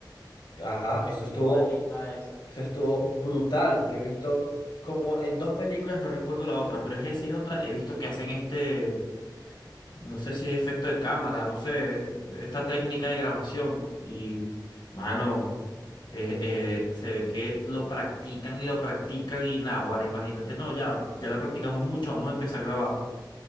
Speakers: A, on the left (about 70°); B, on the left (about 25°).
A: Ajá, eso
B: igualito
A: estuvo,
B: a esa.
A: eso estuvo brutal. Yo he visto como en dos películas, no recuerdo la otra, pero es esa y otra, he visto que hacen este... no sé si es efecto de cámara, no sé, es- esta técnica de grabación. Y, mano, eh, eh, se ve que lo practican y lo practican y nada, ahora imagínate, no, ya, ya la practicamos mucho, vamos a empezar a grabar